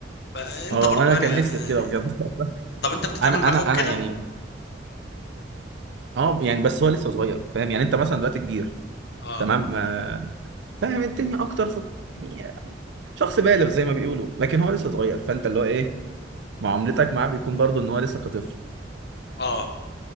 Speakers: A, on the left; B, on the right.
A: فانت
B: اه
A: برضو
B: وانا
A: يعني
B: كان
A: آه،
B: نفسي في كده بجد <laughs>
A: طب انت بتتعامل
B: انا
A: مع اخوك
B: انا انا
A: كده
B: يعني اه يعني بس هو لسه صغير فاهم يعني انت مثلا دلوقتي كبير
A: اه
B: تمام آه، فاهم الدنيا اكتر في يعني شخص بالغ زي ما بيقولوا لكن هو لسه صغير فانت اللي هو ايه معاملتك معاه بيكون برضه ان هو لسه كطفل
A: اه